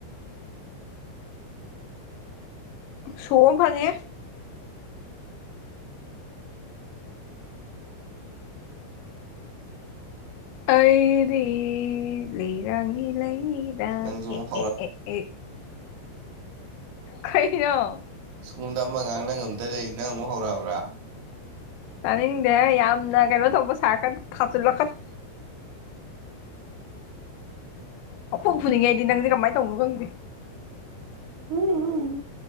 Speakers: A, on the left (about 85°); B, on the right (about 70°).
A: ꯁꯣ ꯑꯃ ꯐꯪꯉꯦ ꯑꯩꯗꯤ ꯂꯩꯔꯥꯡꯅꯤ ꯂꯩ ꯔꯥꯡ
B: ꯅꯪꯁꯨ ꯑꯃꯨꯛ
A: ꯑꯦ ꯑꯦ ꯑꯦ ꯑꯦ ꯀꯩꯅꯣ
B: <inaudible> ꯄꯨꯡꯗ ꯑꯃ ꯉꯥꯡꯅ ꯉꯝꯗ ꯂꯩ ꯅꯪ ꯑꯃꯨꯛ ꯍꯧꯔꯛꯑꯕ꯭ꯔꯥ <inaudible> <inaudible>
A: ꯇꯥꯅꯤꯡꯗꯦ ꯌꯥꯝꯅ ꯀꯩꯅꯣ ꯇꯧꯕ ꯁꯥꯔꯛꯀꯅꯨ ꯊꯥꯖꯤꯜꯂꯛꯀꯅꯨ ꯄꯪꯐꯨꯗ ꯐꯨꯅꯤꯡꯉꯦ ꯑꯩꯗꯤ ꯅꯪꯁꯦ ꯀꯃꯥꯏ ꯇꯧꯕꯅꯣ ꯈꯪꯗꯦ
B: ꯎꯝ